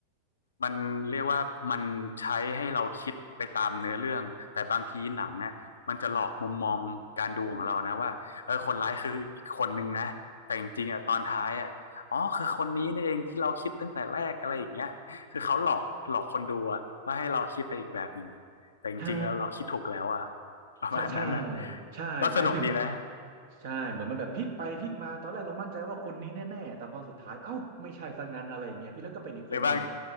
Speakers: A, on the left (about 70°); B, on the right (about 55°).
A: มันเรียกว่ามันใช้ให้เราคิดไปตามเนื้อเรื่องแต่บางทีหนังเนี่ยมันจะหลอกมุมมองการดูของเรานะว่าเออคนร้ายคืออีกคนนึงนะแต่จริงๆอ่ะตอนท้ายอ่ะอ๋อคือคนนี้นี่เองที่เราคิดตั้งแต่แรกอะไรอย่างเงี้ยคือเขาหลอกหลอกคนดูอ่ะว่าให้เราคิดไปอีกแบบหนึ่งแต่จริงๆแล้วเราคิดถูกแล้วอ่ะ
B: ใช่
A: ประมาณนั้นอ่ะ
B: ใช่ใช่ใช่ใช่พี่
A: ก็สนุกดีนะ
B: ใช่เหมือนมันแบบพลิกไปพลิกมาตอนแรกเรามั่นใจว่าคนนี้แน่ๆแต่พอสุดท้ายเอ้าไม่ใช่ซะงั้นอะไรอย่างเงี้ยพี่แล้วก็เป็นอีกคนนึง
A: หรือบาง